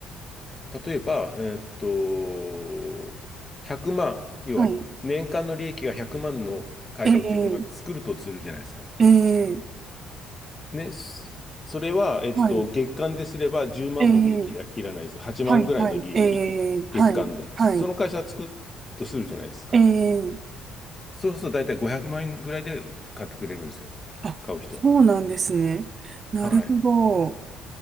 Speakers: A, on the left; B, on the right.
A: 例えば、えーっと、100万、要は年間の利益が100万の会社を自分が作るとするじゃないですか。
B: はい。ええええ
A: ね、そそれは、えっと、
B: はい。
A: 月間ですれば10万も利益いら、
B: ええ
A: いらないですよ。8万ぐらいの利益、
B: はい、はい。ええはい、
A: 月間で。
B: はい。
A: その会社を作るとするじゃないですか。
B: ええ
A: そうすると大体500万円ぐらいで買ってくれるんですよ。
B: あ、
A: 買う人は。
B: そうなんですね。なるほ
A: はい。
B: ど。